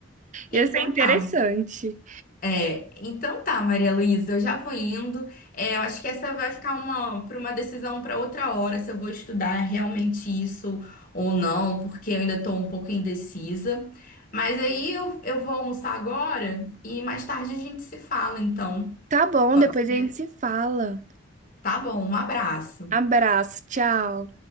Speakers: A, on the left; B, on the right.
A: Então
B: Ia ser interessante.
A: tá, É, Então tá, Maria Luísa, eu já vou indo. É, eu acho que essa vai ficar uma para uma decisão para outra hora se eu vou estudar realmente isso ou não, porque eu ainda estou um pouco indecisa. Mas aí eu, eu vou almoçar agora e mais tarde a gente se fala, então.
B: Tá bom,
A: Pode
B: depois
A: ser?
B: a gente se fala.
A: Tá bom, um abraço.
B: Abraço, tchau.